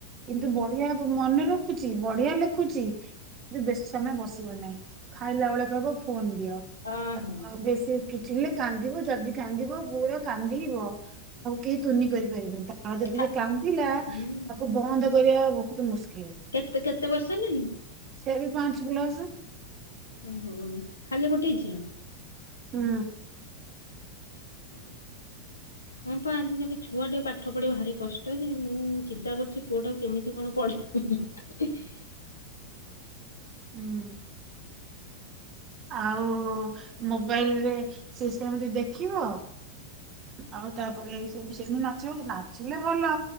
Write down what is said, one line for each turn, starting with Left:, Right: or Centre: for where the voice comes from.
Right: କିନ୍ତୁ ବଢିଆ ମନେ ରଖୁଛି ବଢିଆ ଲେଖୁଛି। କିନ୍ତୁ ବେଶୀ ସମୟ ବସିବ ନାହିଁ ଖାଇଲା ବେଳକୁ କହିବ ଫୋନ ଦିଅ।
Left: ଓହୋ
Right: ବେଶୀ କିଛି ହେଲେ କାନ୍ଦିବ ଯଦି କାନ୍ଦିବ ପୁରା କାନ୍ଦିିବ। ଆଉ କେହି ତୁନି କରିପାରିବେନି ତା ଯଦି
Left: ଥା
Right: ସେ କାନ୍ଦିଲା
Left: ହୁଁ।
Right: ତାକୁ ବନ୍ଦ କରିବା ବହୁତ ମୁସ୍କିଲ।
Left: କେତେ କେତେ ବର୍ଷ ହେଲାଣି?
Right: ସେ ବି ପାଞ୍ଚ ପ୍ଲସ।
Left: ଓହୋ ଖାଲି ଗୋଟେ ଝିଅ।
Right: ହୁଁ।
Left: <unintelligible> ହ ପା ଆଜିକାଲି ଛୁଆ ଟିକେ ପାଠ ପଢିବା ଭାରି କଷ୍ଟ ଯେ ମୁଁ ଚିନ୍ତା କରୁଛି ପୁଅ ଟାକୁ କେମିତି କଣ ପଢିବି? ହ <inaudible>
Right: ହୁଁ। ଆଉ ମୋବାଇଲ ରେ ସେ ସେମିତି ଦେଖିବ
Left: <unintelligible>
Right: ଆଉ ତାପରେ ସେବି ସେ ନା ଯୋଉ ନାଚିଲେ ଭଲ